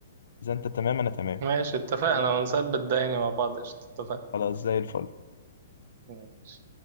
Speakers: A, on the left; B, on the right.
A: إذا أنت تمام أنا تمام
B: ماشي اتفقنا ونثبت ده يعني مع بعض قشطة اتفقنا
A: خلاص زي الفل
B: ماشي.